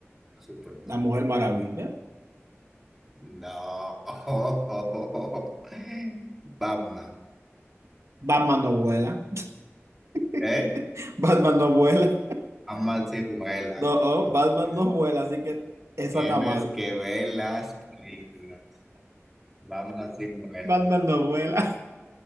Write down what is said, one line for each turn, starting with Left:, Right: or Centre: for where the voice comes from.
Centre: Superman.
Right: La Mujer Maravilla.
Centre: No. <laughs> Batman,
Right: Batman no vuela. <laughs>
Centre: ¿eh?
Right: Batman no vuela.
Centre: Batman sí vuela.
Right: No, oh,
Centre: Batman
Right: Batman
Centre: sí vuela.
Right: no vuela, así que esa
Centre: Tienes
Right: está mal.
Centre: que ver las películas. Batman sí vuela.
Right: Batman no vuela.